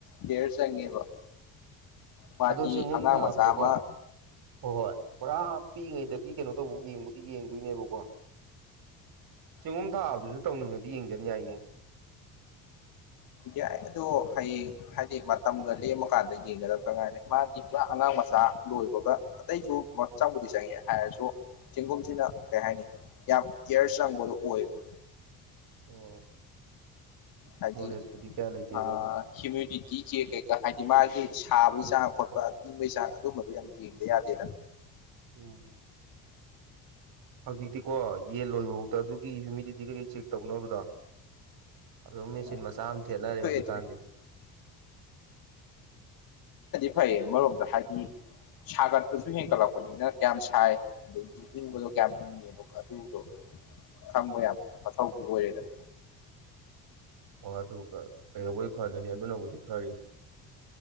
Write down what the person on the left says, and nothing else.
ꯀꯤꯌꯔ ꯆꯪꯉꯦꯕ ꯃꯥꯗꯤ
ꯑꯉꯥꯡ
ꯃꯆꯥ ꯑꯃ
ꯌꯥꯏ ꯑꯗꯣ ꯍꯌꯦꯡ ꯍꯥꯏꯗꯤ ꯃꯇꯝꯒ ꯂꯦꯝꯃꯀꯥꯟꯗ ꯌꯦꯡꯒꯗꯕꯇ ꯉꯥꯏꯔꯦ ꯃꯥꯗꯤ ꯄꯨꯔꯥ ꯑꯉꯥꯡ ꯃꯆꯥ ꯂꯣꯏꯕꯒ ꯑꯇꯩꯁꯨ ꯃ ꯆꯪꯕꯨꯗꯤ ꯆꯪꯉꯦ ꯍꯥꯏꯔꯁꯨ ꯆꯦꯡꯒꯨꯝꯁꯤꯅ ꯀꯩ ꯍꯥꯏꯅꯤ ꯌꯥꯝ ꯀꯤꯌꯔ ꯆꯪꯕꯗꯨ ꯑꯣꯏꯌꯦꯕ
ꯍꯥꯏꯗꯤ
ꯊꯥ ꯍꯤꯌꯨꯃꯤꯗꯤꯇꯤ ꯆꯦꯛ ꯀꯩꯀꯥ ꯍꯥꯏꯗꯤ ꯃꯥꯒꯤ ꯁꯥꯕꯩ ꯆꯥꯡ ꯈꯣꯠꯄ ꯏꯪꯕꯩ ꯆꯥꯡ ꯑꯗꯨꯝꯕꯗꯣ ꯌꯥꯝ ꯌꯦꯡꯗ ꯌꯥꯗꯦꯗ
ꯎꯝ
ꯊꯣꯛꯑꯦ
ꯊꯣꯛꯑꯦ ꯐꯩ ꯑꯃꯔꯣꯝꯗ ꯍꯥꯏꯗꯤ ꯁꯥꯒꯠꯄꯁꯨ ꯍꯦꯟꯒꯠꯂꯛꯄꯅꯤꯅ ꯀꯌꯥꯝ ꯁꯥꯏ ꯑꯗꯒꯤ ꯏꯪꯕꯗꯣ ꯀꯌꯥꯝ ꯏꯪꯉꯤ ꯌꯦꯟꯗꯣ ꯀ ꯑꯗꯨꯗꯣ ꯈꯪꯕ ꯌꯥꯝ ꯃꯊꯧꯗꯤ ꯑꯣꯏꯔꯦꯗꯅ